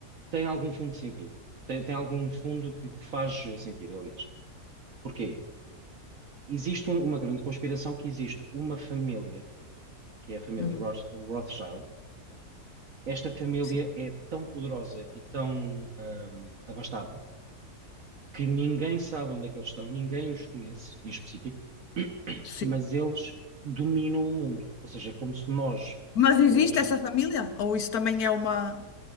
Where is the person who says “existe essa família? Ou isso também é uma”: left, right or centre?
Left